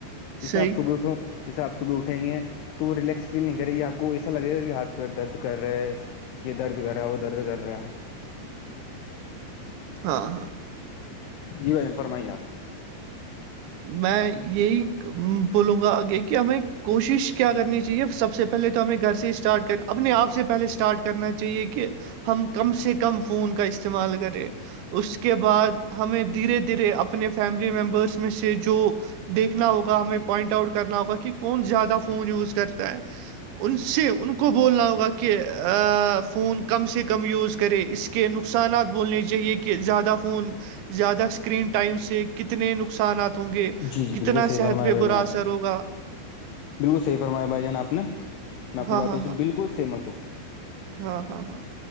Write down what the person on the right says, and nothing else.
صحیح
ہاں ہاں
میں یہی بولوں گاگے ہمیں کوشش کیا کرنی چاہیے سب سے پہلے تو ہمیں گھر سے اسٹارٹ کر اپنے آپ سے پہلے اسٹار اسٹارٹ کرنا چاہیے کہ ہم کم سے کم فون کا استعمال کریں اس کے بعد ہمیں دھیرے دھیرے اپنے فیملی ممبرس میں سے جو دیکھنا ہوگا ہمیں پوائنٹ آؤٹ کرنا ہوگا کہ کون زیادہ فون یوز کرتا ہے ان سے ان کو بولنا ہوگا کہ فون کم سے کم یوز کرے اس کے نقصانات بولنے چاہیے کہ زیادہ فون زیادہ اسکرین ٹائم سے کتنے نق نقصانات ہوں گے
کتنا
صحت
پہ
برا
اثر
ہوگا
ہاں
ہاں
ہاں ہاں ہاں